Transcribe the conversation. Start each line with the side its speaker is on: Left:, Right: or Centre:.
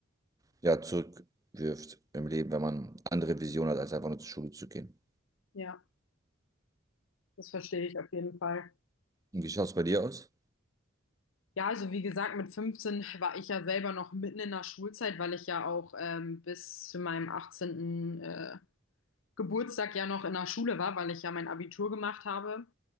Right: ja, zurückwirft im Leben, wenn man andere Visionen hat, als einfach nur zur Schule zu gehen.
Left: Ja, das verstehe ich auf jeden Fall.
Right: Und wie schaut es bei dir aus?
Left: Ja, also wie gesagt, mit 15 war ich ja selber noch mitten in der Schulzeit, weil ich ja auch ähm, bis zu meinem 18. Äh, Geburtstag ja noch in der Schule war, weil ich ja mein Abitur gemacht habe.